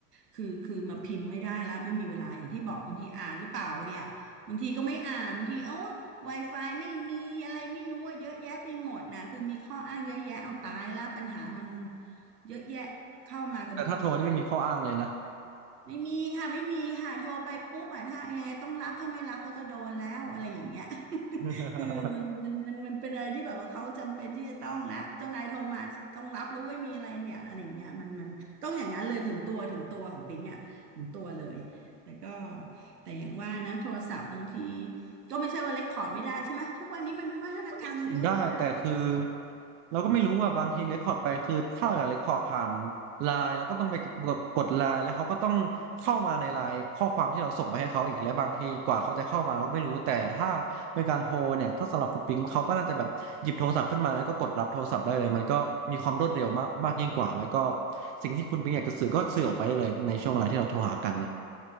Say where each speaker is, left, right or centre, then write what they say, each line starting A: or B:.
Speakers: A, on the right; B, on the right.
A: คือคือมาพิมพ์ไม่ได้แล้วไม่มีเวลาอย่างที่บอกบางทีอ่านหรือเปล่าเนี่ยบางทีก็ไม่อ่านบางทีเอ้า Wi-Fi ไม่มีอะไรไม่รู้อะเยอะแยะไปหมดนะคือมีข้ออ้างเยอะแยะเอาตายแล้วปัญหามัน เยอะแยะเข้ามากระบุงโกยเลย
B: แต่ถ้าโทรนี่ไม่มีข้ออ้างเลยนะ
A: ไม่มีค่ะไม่มีค่ะโทรไปปุ๊บอ่ะถ้ายังไงต้องรับถ้าไม่รับแล้วก็โดนแล้วอะไรอย่างเงี้ย
B: <laughs>
A: <laughs> คือมันมันมันเป็นอะไรที่แบบว่าเขาจำเป็นที่จะต้องละเจ้านายโทรมาต้องรับแล้วเว้ยมีอะไรเนี่ยอะไรอย่างเงี้ยมันมันต้องอย่างนั้นเลยถึงตัวถึงตัวของปิงอ่ะถึงตัวเลยแต่ก็แต่อย่างว่านะโทรศัพท์บางทีก็ไม่ใช่ว่าเล็กคอร์ดไม่ได้ใช่ไหมทุกวันนี้มันวิวัฒนาการมันเยอะแยะ
B: มันก็สิทธิ์ได้แต่คือเราก็ไม่รู้ว่าบางทีเรคคอร์ดไปคือถ้าเราอยากเรคคอร์ดผ่านไลน์แล้วก็ต้องไปกดกดไลน์แล้วเขาก็ต้องเข้ามาในไลน์ข้อความที่เราส่งไปให้เขาอีกแล้วบางทีกว่าเขาจะเข้ามาเราก็ไม่รู้แต่ถ้าเป็นการโทรเนี่ยถ้าสำหรับคุณปิงเขาก็น่าจะแบบหยิบโทรศัพท์ขึ้นมาแล้วก็กดรับโทรศัพท์ได้เลยมันก็มีความรวดเร็วมากมากยิ่งกว่าแล้วก็สิ่งที่คุณปิงอยากจะสื่อก็สื่อออกไปได้เลยในช่วงเวลาที่เราโทรหากันเนี่ย